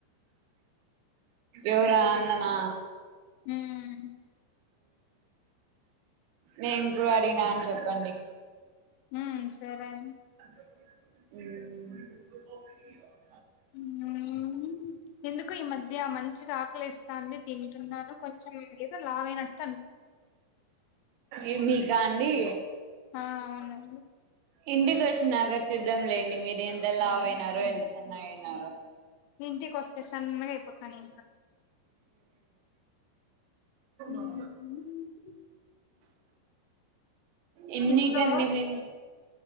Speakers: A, on the right; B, on the left.
A: ఎవరో అన్ననా
B: ఉమ్
A: నేను కూడ అడిగిన అని చెప్పండి
B: హ్మ్ సరే అం
A: ఉమ్
B: మ్మ్ ఎందుకో ఈ మధ్య మంచిగా ఆకలిస్తాంది తింటున్నాను కొంచెం ఏదో లావయినట్టు
A: ఏ మీకా అండి
B: ఆ అవునండి
A: ఇంటికి వచ్చినక చూద్దాంలేండి మీరు ఎంత లావయినారో ఎంత సన్నమయినారో
B: ఇంటికి వస్తే సన్నగా అయిపోతను ఇంకా హ్మ్.
A: ఆ ఎన్ని
B: ఇంట్లో
A: గన్నీ మీ